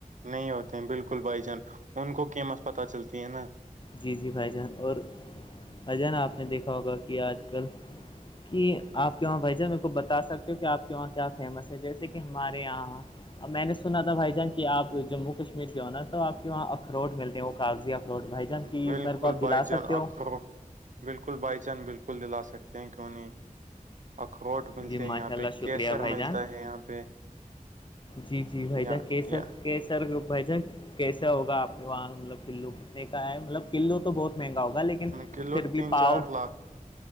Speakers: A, on the right (about 60°); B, on the left (about 35°).
A: نہیں ہوتے ہیں بالکل بھائی جان ان کو قیمت پتا چلتی ہے نا
B: جی جی بھائی جان اور بھائی جان آپ نے دیکھا ہوگا کہ آج کل کہ آپ کے وہاں بھائی جان میرے کو بتا سکتے ہو کہ آپ کے وہاں کیا فیمس ہے جیسے کہ ہمارے یہاں اب میں نے سنا تھا بھائی جان کہ آپ جموں کشمیر کے ہو نا تو آپ کے وہاں اخروٹ ملتے ہیں وہ کاغذی اخروٹ بھائی جان کی
A: بالکل
B: میرے کو آپ دلا
A: بھائی جان
B: سکتے ہو
A: اخرو بالکل بائی چانس بالکل دلا سکتے ہیں کیوں نہیں اخروٹ ملتے
B: جی ماشاء
A: ہیں یہاں
B: اللہ
A: پہ
B: شکریہ
A: کیسر
B: بھائی
A: ملتا
B: جان
A: ہے یہاں پہ
B: جی جی بھائی
A: یا
B: جان کیسر
A: یا
B: کیسر بھائی جان کیسا ہوگا آپ کے وہاں مطلب کلو کتنے کا ہے مطلب کلو تو بہت مہنگا ہوگا لیکن
A: کلو
B: پھر بھی
A: تین
B: پاؤ
A: چار لاکھ